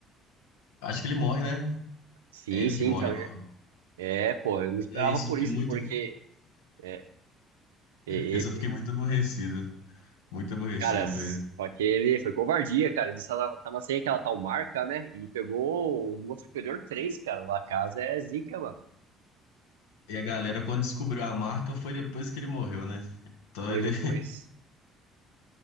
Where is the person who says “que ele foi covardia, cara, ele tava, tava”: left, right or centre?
Right